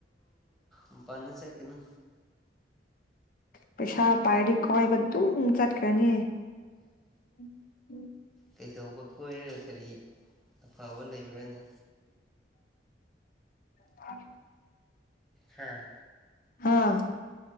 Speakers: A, in the centre; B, on the left.
A: ꯃꯄꯥꯅꯗ ꯆꯀꯤꯅꯨ
B: ꯄꯩꯁꯥ ꯄꯥꯏꯗꯤ ꯀꯣꯏꯕ ꯑꯗꯨꯝ ꯆꯠꯈꯔꯔꯥꯅꯤ ꯎꯝ ꯎꯝ
A: ꯀꯩꯗꯧꯕ ꯀꯣꯏꯔꯒ ꯀꯔꯤ ꯐꯕ ꯂꯩꯕ꯭ꯔꯅꯤ
B: ꯍ
A: ꯍꯥꯥ
B: ꯍꯥꯥ